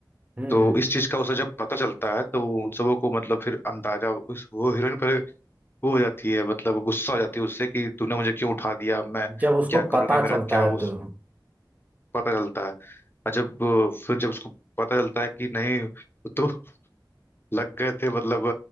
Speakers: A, on the right; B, on the left.
A: हम्म,
B: तो
A: हम्म।
B: इस चीज का उसे जब पता चलता है तो उन सबों को मतलब फिर अंदाजा उस वो हीरोइन पहले वो हो जाती है मतलब गुस्सा हो जाती है उससे कि तूने मुझे क्यों उठा दिया मैं
A: जब उसको
B: क्या करूंगी
A: पता
B: मेरा
A: चलता
B: क्या
A: है
B: उस
A: तो
B: पता चलता है और जब फिर जब उसको पता चलता है कि नहीं वो तो लग गए थे मतलब